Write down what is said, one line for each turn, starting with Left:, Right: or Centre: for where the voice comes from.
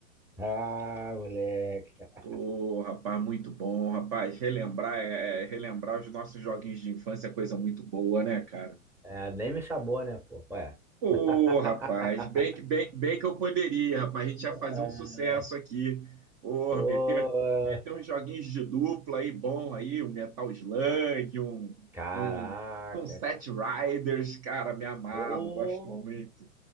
Centre: Ah, moleque. <laughs>
Right: Ô, rapaz, muito bom, rapaz. Relembrar, é, é, relembrar os nossos joguinhos de infância é coisa muito boa, né, cara?
Centre: é, nem me chamou, né, pô? Ué.
Right: Ô,
Centre: <laughs>
Right: rapaz, bem, que- bem, bem que eu poderia, rapaz. A gente ia
Centre: É,
Right: fazer um sucesso aqui. Ô,
Centre: Pô,
Right: meter, meter uns joguinhos de dupla aí, bom aí, um Metal Slug, um,
Centre: caraca.
Right: um, um Set Riders, cara, me amarro,
Centre: Pô.
Right: gosto muito.